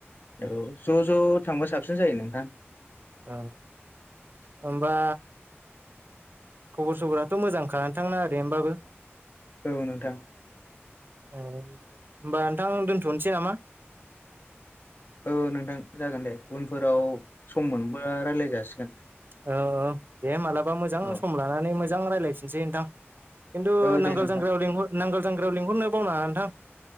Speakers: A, on the left; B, on the right.
A: औ ज' ज' थांबा साबसिन जायो नोंथां।
B: औ होमबा खबर सबराथ' मोजांखा नोंथांना आरैनोबाबो।
A: औ नोंथां
B: ए होनोमबा नोंथां दोनथ'नसै नामा?
A: औ नोंथां जागोन दे उनफोराव सम मोनबा रायज्लाय जासिगोन।
B: औ औ दे मालाबा मोजां
A: औ
B: सम लानानै मोजां रायलायफिनसै नोंथां। खिन्थु
A: औ दे
B: नांगोल
A: नोंथां
B: जांख्रायाव लिंहर नांगोल जांख्रायाव लिंहरनो बावना नोंथां।